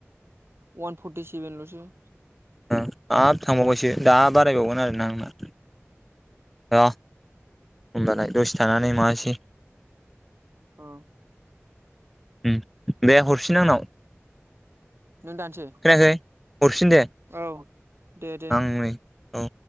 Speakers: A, on the right; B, in the centre.
A: वान फर्टि सेभेन लसो
B: आ आरो थांबावबायसो दा बारायबावगोन आरोना आंना आ होमबालाय। दसे थानानै मान‌से
A: औ
B: उम दे हरफिन आंनाव।
A: नों दानसै
B: खोनायाखै हरफिन दे
A: औ दे दे।
B: आं नै औ